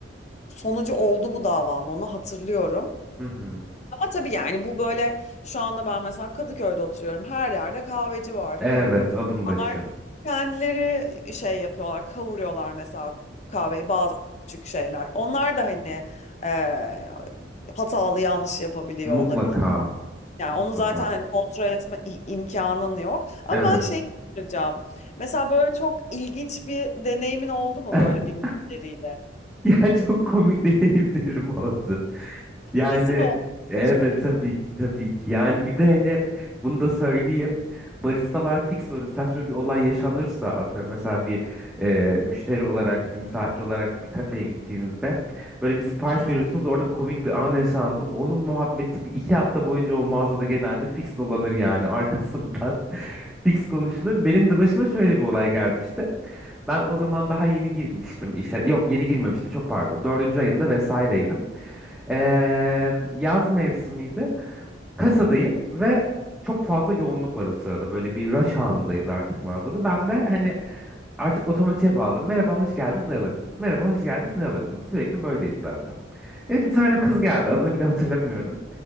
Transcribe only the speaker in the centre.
Hı hı.
Evet.
Adım başı.
Mutlaka.
Mutlaka.
Evet.
<laughs>
Ya çok komik <laughs> deneyimlerim oldu. Yani
evet
tabii ki tabii ki. Yani bir de hani bunu da söyleyeyim. Baristalar fix böyle saçma bir olay yaşanırsa atıyorum mesela bir e, müşteri olarak bir misafir olarak bir kafeye gittiğinizde böyle bir sipariş
veriyorsunuz orada komik bir an yaşandı. Onun muhabbeti bir iki hafta boyunca o mağazada genelde fix dolanır yani arkasından <laughs> fix konuşulur. Benim de başıma şöyle bir olay gelmişti. Ben
o zaman daha yeni girmiştim işe. Yok yeni girmemiştim çok pardon. Dördüncü ayımda vesaireydim. Ee, yaz mevsimiydi. Kasadayım ve çok fazla yoğunluk var o sırada. Böyle bir rush anındayız artık mağazada. Ben de hani artık otomatiğe bağladım. Merhaba, hoş geldiniz, ne alırdınız? Merhaba, hoş geldiniz, ne alırdınız? Sürekli böyleyim zaten. Evet bir tane kız geldi. Adını bile hatırlamıyorum.